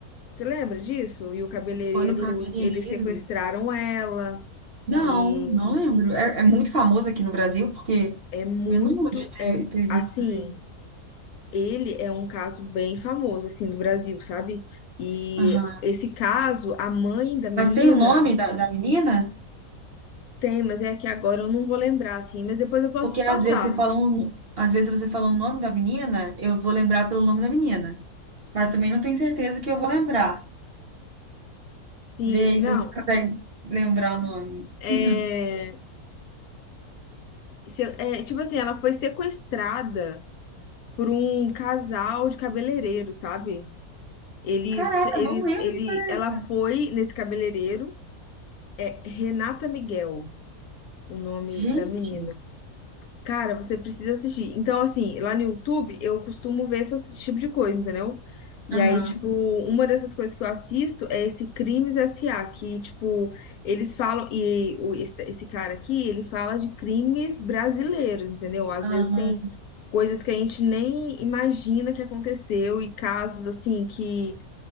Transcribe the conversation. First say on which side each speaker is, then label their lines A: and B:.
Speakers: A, on the left (about 75°); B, on the right (about 55°).
A: você lembra disso? E o cabeleireiro,
B: Foi no cabeleireiro?
A: eles sequestraram ela
B: Não,
A: e
B: não lembro. É, é muito famoso aqui no Brasil, porque
A: é muito,
B: eu não lembro de ter,
A: é,
B: ter
A: assim...
B: visto isso.
A: ele é um caso bem famoso, assim, do Brasil, sabe? E
B: Aham.
A: esse caso, a mãe da menina
B: Mas tem o nome da, da menina?
A: tem, mas é que agora eu não vou lembrar, assim, mas depois eu posso
B: Porque
A: te
B: às
A: passar.
B: vezes você fala um- às vezes você fala o nome da menina, eu vou lembrar pelo nome da menina. Mas também não tenho certeza que eu vou lembrar.
A: Sim,
B: Vê aí
A: não,
B: se você consegue lembrar o nome.
A: é,
B: <laughs>
A: se- é, tipo assim, ela foi sequestrada por um casal de cabeleireiro, sabe? Eles,
B: Caraca,
A: eles,
B: não lembro
A: ele,
B: que história
A: ela
B: é essa.
A: foi nesse cabeleireiro, é Renata Miguel, o nome
B: Gente.
A: da menina. Cara, você precisa assistir. Então, assim, lá no YouTube eu costumo ver essas- esse tipo de coisa, entendeu? E
B: Aham.
A: aí, tipo, uma dessas coisas que eu assisto é esse Crimes S.A., que, tipo, eles falam, e o- esse esse cara aqui, ele fala de crimes brasileiros, entendeu? Às
B: Ah,
A: vezes tem coisas que a gente nem imagina que aconteceu e casos, assim, que,